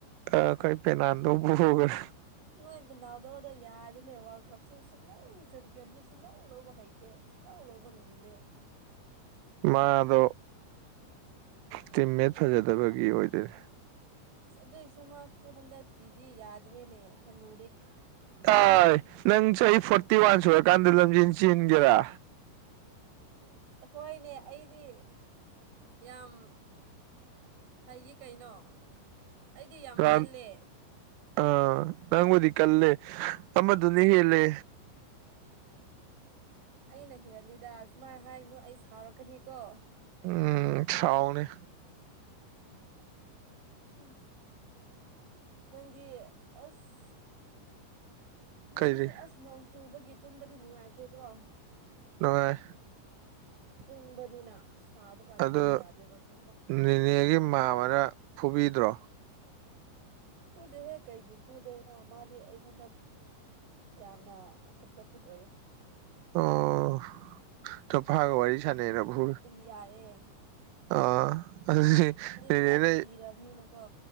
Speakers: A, on the right; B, on the right.
A: ꯑꯩꯈꯣꯏ ꯄꯦꯅꯥꯜꯗꯣ ꯄꯣꯒꯥꯔꯦ
B: ꯅꯣꯏ ꯄꯦꯅꯥꯜꯗꯣ ꯗꯣ ꯌꯥꯗꯦꯅꯦ ꯋꯥꯔ꯭ꯜꯗ ꯀꯞꯁꯨ ꯁꯨꯛꯂꯧ ꯆꯦꯝꯄꯤꯌꯟꯁꯨ ꯁꯨꯛꯂꯧ ꯂꯧꯕ ꯍꯩꯇꯦ ꯁꯨꯛꯂꯧ ꯂꯧꯕ ꯉꯝꯗꯦ
A: ꯃꯥꯗꯣ ꯇꯤꯝꯃꯦꯠ ꯐꯖꯗꯕꯒꯤ ꯑꯣꯏꯗꯣꯏꯅꯦ
B: ꯑꯁ ꯑꯗꯨꯏꯁꯨ ꯃꯥꯁꯨ ꯍꯟꯗꯛꯇꯀꯤꯗꯤ ꯌꯥꯗ꯭ꯔꯦꯅꯦ ꯍꯟꯅꯨ
A: ꯑꯥꯏ ꯅꯪ ꯆꯍꯤ ꯐꯣꯔꯇꯤ ꯋꯥꯟ ꯁꯨꯔꯀꯥꯟꯗ ꯂꯝꯖꯦꯟ ꯆꯦꯟꯒꯦꯔꯥ
B: ꯑꯁ ꯍꯣꯏꯅꯦ ꯑꯩꯗꯤ ꯌꯥꯝ ꯍꯥꯏꯌꯦ ꯀꯩꯅꯣ ꯑꯩꯗꯤ ꯌꯥꯝ
A: ꯔꯥꯎꯟ
B: ꯀꯜꯂꯦ
A: ꯑꯥ ꯅꯪꯕꯨꯗꯤ ꯀꯜꯂꯦ ꯑꯃꯗꯨꯅ ꯍꯦꯜꯂꯦ
B: ꯑꯩꯅ ꯍꯦꯜꯂꯤꯗ ꯁꯨꯃꯥꯏꯅ ꯍꯥꯏꯅꯨ ꯑꯩ ꯁꯥꯎꯔꯛꯀꯅꯤꯀꯣ
A: ꯎꯝ ꯁꯥꯎꯅꯦ
B: ꯍꯨꯝ ꯅꯪꯗꯤ ꯑꯁ ꯉꯁꯤꯁꯦ
A: ꯀꯩꯗꯤ
B: ꯑꯁ ꯅꯣꯡ ꯆꯨꯕꯒꯤ ꯇꯨꯝꯕꯗꯤ ꯅꯨꯡꯉꯥꯏꯈ꯭ꯔꯦꯀꯣ
A: ꯅꯨꯉꯥꯏ
B: ꯏꯪꯕꯅꯤꯅꯥ ꯁꯥꯕ ꯀꯥꯟꯗꯗꯤ
A: ꯑꯗꯣ
B: ꯌꯥꯗꯦꯕ ꯇꯨꯝꯕꯥ
A: ꯅꯦꯅꯦꯒꯤ ꯃꯥꯝꯃꯅ ꯐꯨꯕꯤꯗ꯭ꯔꯣ
B: ꯐꯨꯗꯦꯍꯦ ꯀꯩꯒꯤ ꯐꯨꯗꯣꯏꯅꯣ ꯃꯥꯗꯤ ꯑꯩꯉꯣꯟꯗ ꯌꯥꯝꯅ ꯁꯞꯄꯣꯔꯇꯤꯞ ꯑꯣꯏꯌꯦ
A: ꯑꯣ ꯅꯨꯄꯥꯒ ꯋꯥꯔꯤ ꯁꯥꯟꯅꯩꯅ ꯐꯨ
B: ꯌꯥꯌꯦ
A: ꯑꯣ ꯑꯗꯨꯗꯤ ꯅꯦꯅꯦ
B: ꯈꯔ
A: ꯅꯥ
B: ꯂꯤꯔꯕꯅꯤꯅꯀꯣ